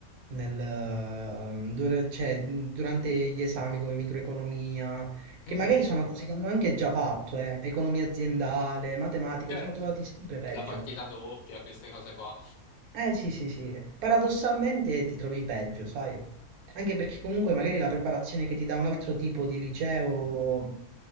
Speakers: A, on the right (about 80°); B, on the left (about 70°).
A: nel, ehm, dura- cioè, durante gli esami come microeconomia, che
B: Mhm,
A: magari sono cose che hanno anche già fatto, eh, economia aziendale, matematica,
B: certo.
A: si sono trovati sempre peggio.
B: La partita doppia, queste cose qua.
A: Eh sì, sì, sì. Paradossalmente ti trovi peggio, sai? Anche perché comunque magari
B: Uh,
A: la preparazione che ti dà un altro tipo di liceo